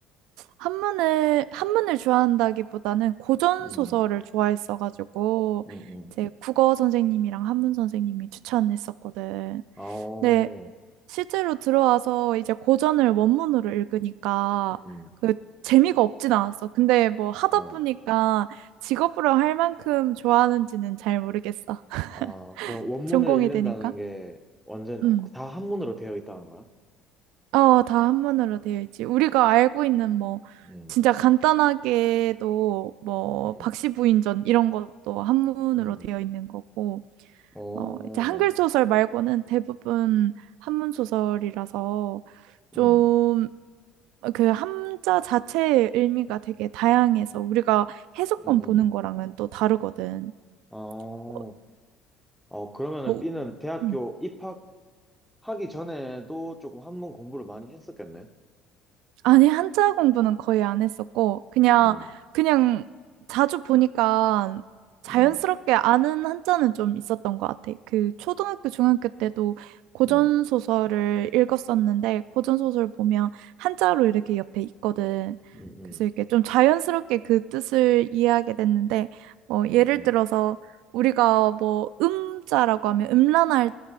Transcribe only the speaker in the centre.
음,
음, 음.
아, 오,
음,
어.
아, 그럼 원문을
읽는다는
게 완전
다 한문으로 되어 있다는 거야?
음,
음,
음,
음. 오,
음,
음, 음.
어,
어, 그러면은
B는 대학교
입학하기 전에도 조금 한문 공부를 많이 했었겠네.
음,
음,
음,
음, 음,
음, 음.